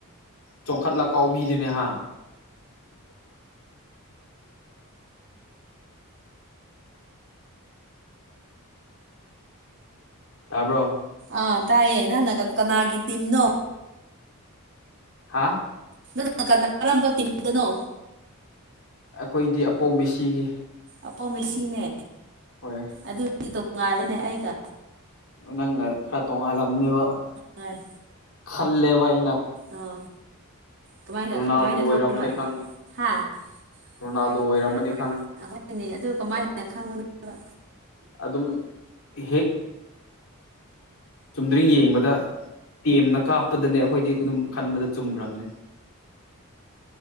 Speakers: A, on the left (about 70°); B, on the right (about 55°).
A: ꯆꯣꯡꯈꯠꯂ ꯀꯥꯎꯕꯤꯗꯨꯅꯦꯍꯥ ꯇꯥꯕꯔꯣ
B: ꯑ ꯇꯥꯏꯌꯦ ꯅꯪꯅ ꯀꯅ ꯀꯅꯥꯒꯤ ꯇꯤꯝꯅꯣ
A: ꯍꯥ
B: ꯅꯪ ꯀꯔꯝꯕ ꯇꯤꯝꯗꯅꯣ
A: ꯑꯩꯈꯣꯏꯗꯤ ꯑꯄꯧ ꯃꯦꯁꯤꯒꯤ
B: ꯑꯄꯧ ꯃꯦꯁꯤꯅꯦ
A: ꯍꯣꯏ
B: ꯑꯗꯨꯗꯤ ꯇꯣꯡꯉꯥꯜꯂꯦꯅꯦ ꯑꯩꯒ
A: ꯅꯪꯒ ꯈꯔ ꯇꯣꯡꯉꯥꯜꯂꯝꯅꯦꯕ
B: ꯍꯣꯏ
A: ꯈꯜꯂꯦꯕ ꯑꯩꯅ
B: ꯑꯣ ꯀꯃꯥꯏꯅ
A: ꯔꯣꯅꯥꯜꯗꯣ
B: ꯀꯃꯥꯏꯅ
A: ꯑꯣꯏꯔꯝꯕꯅꯤ
B: ꯈꯪꯕ
A: ꯈꯪꯉꯦ ꯔꯣꯅꯥꯜꯗꯣ
B: ꯔꯣꯅꯜꯗꯣ
A: ꯑꯣꯏꯔꯝꯕꯅꯤ
B: ꯑꯣꯏꯔꯝꯅꯤ
A: ꯈꯪꯉꯤ
B: ꯍꯥ ꯍꯣꯏꯅꯦ ꯑꯗꯨ ꯀꯃꯥꯏꯅ ꯈꯪꯕꯅꯣꯕ
A: ꯑꯗꯨꯝ ꯍꯦꯛ ꯆꯨꯝꯗ꯭ꯔꯤꯡ ꯌꯦꯡꯕꯗ ꯇꯦꯝꯅ ꯀꯥꯞꯄꯗꯅꯦ ꯑꯩꯈꯣꯏꯗꯤ ꯑꯗꯨꯝ ꯈꯟꯕꯗ ꯆꯨꯝꯈ꯭ꯔꯕꯅꯦ